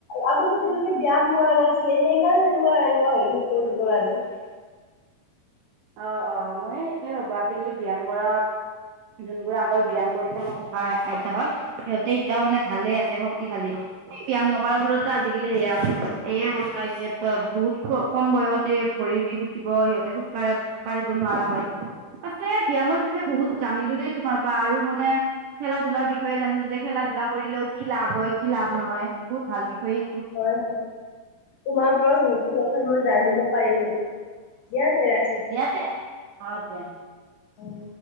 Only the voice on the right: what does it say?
অ', অ', মই সেইটোৱে ভাবো আজিকালি ব্যায়াম কৰা যোনবোৰ আগৰ ব্যায়াম কৰিছে মই ককা- আইতাহত সিহঁতে এতিয়াও মানে ভালে আছে শক শক্তিশালী এই ব্যায়াম নকৰা বোৰৰতো আজিকালি সেয়া এইয়ে অৱস্থা হৈছে বহুত কম বয়সতে ভৰিৰ বিষ উঠিব সিহঁতে খোজকাঢ়ে খোজকাঢ়িব বাঢ়িব নোৱাৰা হ'য়। পাছে ব্যায়ামৰ বিষয়ে বহুত জানিলোঁ দেই তোমাৰ পৰা আৰু মানে খেলা-ধূলাৰ বিষয়ে জানিলোঁ যে খেলা-ধূলা কৰিলেও কি লাভ হ'য় কি লাভ নহ'য় বহুত ভাল বিষয়েই
দিয়া তে অ, দিয়া।